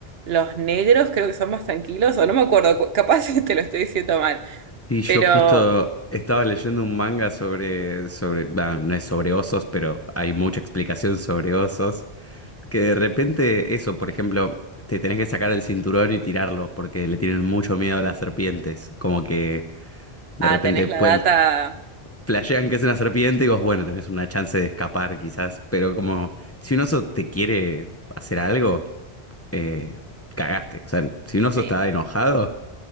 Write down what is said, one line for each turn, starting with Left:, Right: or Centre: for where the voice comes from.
Right: los negros creo que son más tranquilos, o no me acuerdo, cu- capaz <laughs> te lo estoy diciendo mal,
Left: Sí, yo
Right: pero
Left: justo estaba leyendo un manga sobre, sobre, bah, no es sobre osos, pero hay mucha explicación sobre osos, que de repente eso, por ejemplo, te tenés que sacar el cinturón y tirarlo, porque le tienen mucho miedo a las serpientes, como que de
Right: ah,
Left: repente
Right: tenés la
Left: pueden,
Right: data,
Left: flashean que es una serpiente y vos, bueno, tenés una chance de escapar quizás, pero como si un oso te quiere hacer algo, eh, cagaste. O sea, si un oso
Right: sí,
Left: está enojado,